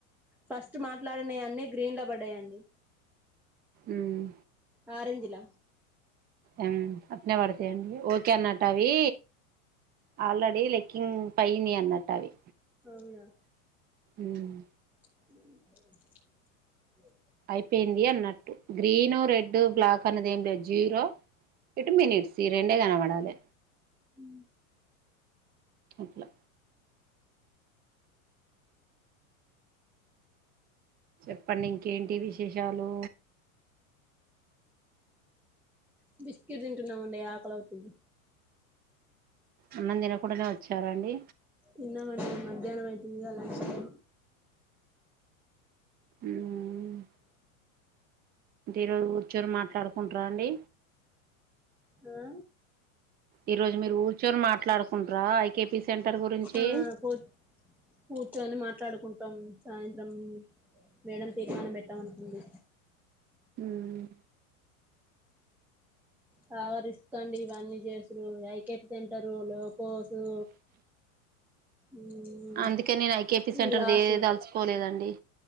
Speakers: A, in the centre; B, on the right.
A: ఫస్ట్ మాట్లాడినయ్ అన్నీ గ్రీన్ లో బడ్డాయండి
B: మ్
A: ఆరేంజ్ లా
B: ఉమ్ అట్లనే పడతేయండి ఓకే అన్నాట్ట అవి ఆల్రెడీ లెక్కింగ్ పైనే అన్నట్టు అవి
A: అవునా
B: ఉమ్
A: <unintelligible>
B: అయిపోయింది అన్నట్టు గ్రీను రెడ్ బ్లాక్ అన్నది ఎం లేదు జీరో ఇటు మినిట్స్ ఈ రెండే కనవడాలె
A: ఉ
B: అట్లా చెప్పండి ఇంకేంటి విశేషాలు
A: బిస్కెట్ తింటున్నామండి ఆకలవుతుంది
B: అన్నం తిన కుండనే వచ్చారా అండి
A: తిన్నమండి మధ్యాహ్నం అవుతుందిగా లంచ్ టైం
B: ఉమ్ అంటే ఈరోజు కూర్చొని మాట్లాడుకుంటార అండి
A: ఆ
B: ఈరోజు మీరు కూర్చొని మాట్లాడుకుంటార ఐకేపీ సెంటర్ గురించి
A: ఆ కూ కూర్చొని మాట్లాడుకుంటాం సాయంత్రం మేడం తీర్మానం పెట్టామంటుంది
B: ఉమ్
A: పవర్ ఇసుకోండి ఇవన్నీ చేసుడు ఐకెప్ సెంటరు లోకోసు మ్మ్
B: అందుకే నేను ఐకేపీ సెంటర్ది
A: ఉల్లాసు
B: ఏ తలుసుకోలేదండి